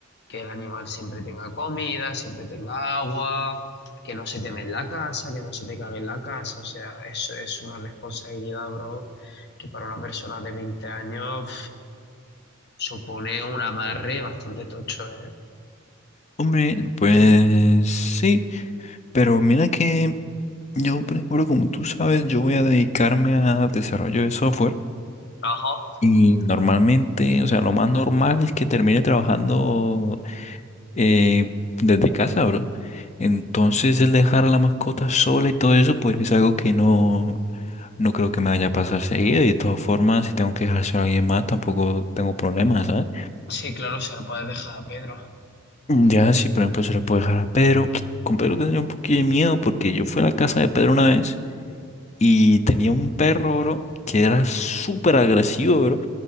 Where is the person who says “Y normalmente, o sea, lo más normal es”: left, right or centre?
Left